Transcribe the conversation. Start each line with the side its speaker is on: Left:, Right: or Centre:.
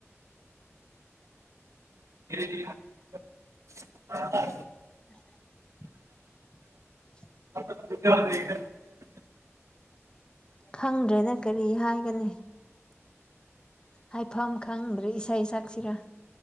Right: <unintelligible> <unintelligible>
Left: <unintelligible> <unintelligible>
Right: <unintelligible>
Left: ꯈꯪꯗ꯭ꯔꯦꯗ ꯀꯔꯤ ꯍꯥꯏꯒꯅꯤ ꯍꯥꯏꯐꯝ ꯈꯪꯗ꯭ꯔꯦ ꯏꯁꯩ ꯁꯛꯁꯤꯔꯥ